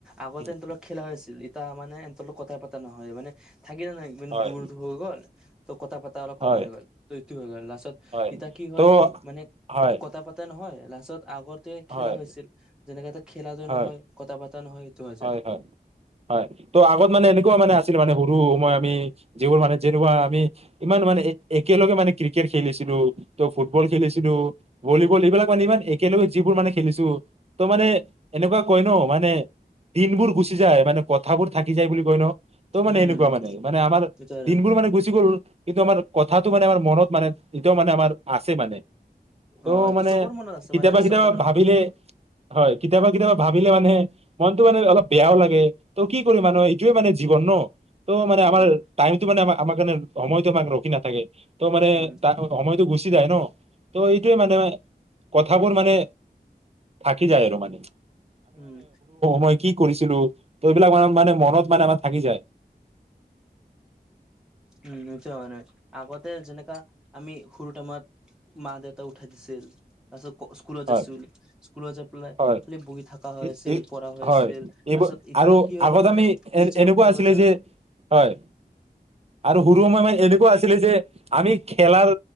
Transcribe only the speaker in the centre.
আগতে
এনত খেলা হৈছে এতিয়া মানে এনতৰ কথা পতা নহয় মানে থাকিলা নাই একদম
দূৰ দূ হৈ গ'ল ত' কথা পাতা অলপ কম
হৈ গ'ল, ত ইটো হৈ গ'ল লাষ্টত
ইতিয়া কি হয়
মানে
কথা পাতা নহয় তত আগত তে খেলা
হৈছিল যেনেকা এটা খেলা ত
নহয়, কথা পতা নহয়? হৈ যায়
উম,
এইটো হয়।
অ', এইটো
চবৰ মনত আছে
মানে
চবৰ
উম,
উম,
উম।
উম এইটোৱে মানে, আগতে যেনেকা আমি সৰু টাইমত মা দেউতা উঠাই দিছিল তাৰছত স্কুলত
যে ছোল স্কুলত যে পেলাই
খালি বহি থকা হৈ
আছিল,
পঢ়া হৈ
আছিল
আছত ইতিয়া
কি হৈ
গল মানে
নিজে
উঠা
হৈ যায়।